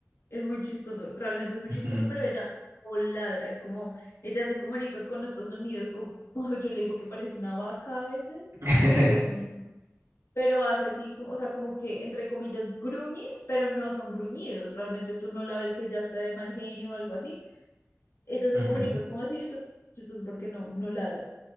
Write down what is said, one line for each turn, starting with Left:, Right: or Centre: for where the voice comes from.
Left: Es muy chistoso, realmente es muy
Right: ujú,
Left: chistoso, pero ella no ladra. Es como, ella se comunica con otros sonidos, como <laughs> yo le digo que parece una vaca a veces,
Right: <laughs>
Left: em, pero hace así, como, o sea, como que entre comillas gruñe, pero no son gruñidos. Realmente tú no la ves que ella está de mal genio o algo así. Ella se
Right: ujú.
Left: comunica como así, entonces es chistoso porque no, no ladra.